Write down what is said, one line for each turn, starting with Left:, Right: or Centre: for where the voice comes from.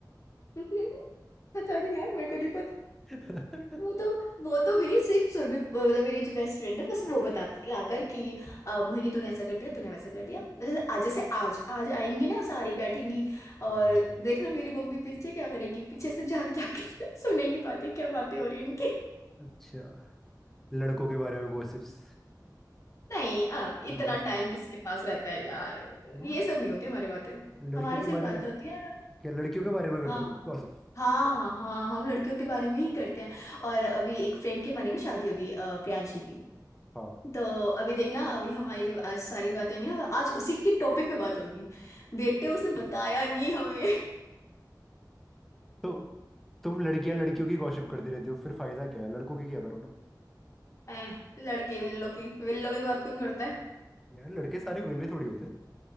Left: <laughs> पता नहीं यार मेरे को नहीं
Centre: <laughs>
Left: वो तो वो तो मेरी सिर्फ सुरभि मतलब मेरी जो बेस्ट फ्रेंड है बस वो बताती है आकर कि अ, मोहिनी तूने ऐसा कर दिया तूने वैसा कर दिया जैसे आज जैसे आज आज आएंगी ना सारी बैठेंगी और
Centre: हाँ।
Left: देखना मेरी मम्मी पीछे क्या करेगी पीछे से झांक झांक के <laughs> सुनेगी बातें क्या बातें हो रही हैं इनकी
Centre: अच्छा लड़कों के बारे में गॉसिप्स
Left: नहीं अ, इतना
Centre: गॉस
Left: टाइम किसके पास रहता है यार
Centre: यार
Left: ये सब नहीं होती हमारी बातें
Centre: लड़कियों
Left: हमारी
Centre: के
Left: सिर्फ
Centre: बारे
Left: बातें
Centre: में
Left: होती है
Centre: क्या लड़कियों के बारे में करते
Left: हाँ
Centre: हो गॉसिप
Left: हाँ हाँ हाँ, हम लड़कियों के बारे में ही करते हैं और अभी एक फ्रेंड के माने ना शादी होगी अ, प्रियांशी की
Centre: हाँ
Left: तो अभी देखना अभी हमारी जब आज सारी बातें होंगी ना आज उसी के टॉपिक पे बात होगी बेटे उसने बताया नहीं हमें
Centre: तो तुम लड़कियां लड़कियों की गॉसिप करते रहते हो फिर फायदा क्या है लड़कों की क्या करो ना
Left: ऐ, लड़के वेल्लो की वेल्लो की बात कौन करता है
Centre: यार लड़के सारे वेले थोड़ी होते हैं